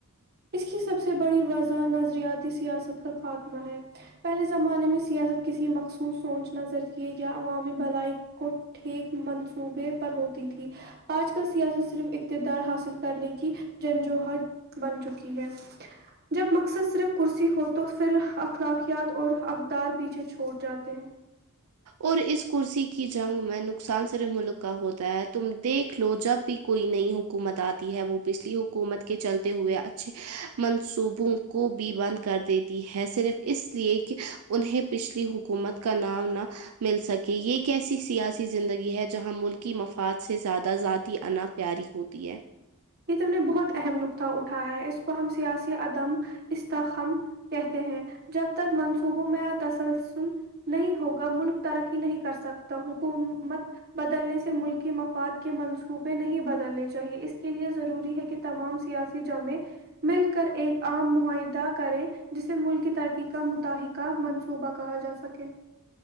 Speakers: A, on the right; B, on the right.
A: اس کی سب سے بڑی وضہ نظریاتی سیاست کا خاتمہ ہے پہلے زمانے میں سیاست کسی مخصوص سوچنا ذریعے یا عوامی بھلائی کو ٹھیک منصوبے پر ہوتی تھی آج کال سیاست صرف اقتدار حاصل کرنے کی جنجوہر بن چکی ٹھیک ہے جب مقصد صرف کرسی ہو تو پھر اخلاقیات اور اقدار پیچھے چھوڑ جاتے ہیں
B: اور اس کرسی کی جنگ میں نقصان صرف ملک کا ہوتا ہے تم دیکھ لو جب بھی کوئی نئی حکومت آتی ہے وہ پچھلی حکومت کے چلتے ہوئے اچھے منصوبوں کو بھی بند کر دیتی ہے صرف اس لیے کہ انہیں پچھلی حکومت کا نام نہ مل سکے یہ ایک ایسی سیاسی زندگی ہے جہاں ملکی مفاد سے زیادہ ذاتی انپ پیاری ہوتی ہے
A: یہ تم نے بہت اہم نکقطہ اٹھایا ہے اس کو ہم سیاسی عدم استخم کہتے ہیں جب تک منصوبوں میں تسلسل نہیں ہوگا ملک ترقی نہیں کر سکتا حکومت بدلنے سے ملکی مفاد کے منصوبے نہیں بدلنے چاہیے اس کے لیے ضروری ہے کہ تمام سیاسی جامع مل کر ایک عام معاہدہ کرے جسے ملک کی ترقی کا متحق کا منصوبہ کہا جا سکے